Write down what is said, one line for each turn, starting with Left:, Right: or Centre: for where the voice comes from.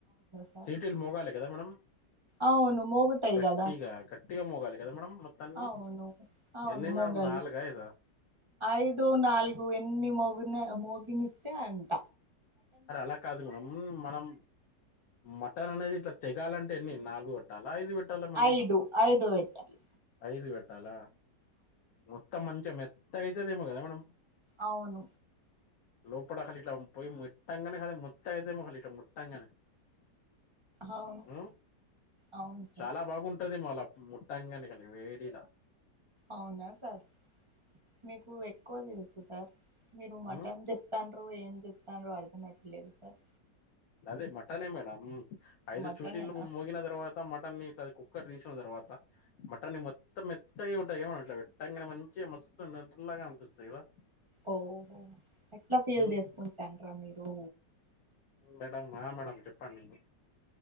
Right: సార్
Left: సీటిలు మోగాల కదా మేడాం
Right: అవును మోగుతాయి
Left: గట్టిగా
Right: కదా
Left: గట్టిగా మోగాలి కదా మేడం మత్తాన్నిన్ని
Right: అవును అవును
Left: ఎన్ని
Right: మోగాలి
Left: మేడ నలగ ఐదా
Right: ఐదు నాలుగు ఎన్ని మగిన మగినస్తే అంట
Left: అరే అలా కాదు మేడం మనం మ అనేది ఇట్లా తెగాలంటే ఎన్ని నాలుగు కొట్టాలి ఐదు పెట్టాలా మేడం
Right: ఐదు ఐదు పెట్టాలే
Left: ఐదు పెట్టాలా మొత్తం మంచి మెత్తగా అయితదేమో కదా మేడం
Right: అవును
Left: లోపట అసలు ఇట్లా పోయి పెట్టంగనే మెత్తగా అయితది ముట్టాంగానే
Right: అవును
Left: ఉ
Right: అవును సార్
Left: చాలా బాగుంటది మలా ముట్టంగనే ఇగ వేడిలా
Right: అవునా సార్ మీకు ఎక్కువ తెలుసు సార్ మీరు మటన్
Left: ఉమ్
Right: చెప్తాండ్రు ఏం చెప్తానురో అర్థం అయితలేదు సార్
Left: అదే మటనే మేడం ఐదు
Right: మటనేనా
Left: చూటీలు మోగిన తర్వాత మటన్ ది కుక్కర్ తీసిన తర్వాత మటన్ ని మొత్తం మెత్తగా ఉంటాయి ఏమ ఇట్లా అనే మంచిగా మస్తు నల్లగా అనిపిస్తాయి కదా
Right: ఓహో అట్లా సేల్
Left: ఉమ్,
Right: చేసుకుంటానురా మీరు
Left: మేడం ఆ మేడం చెప్పండి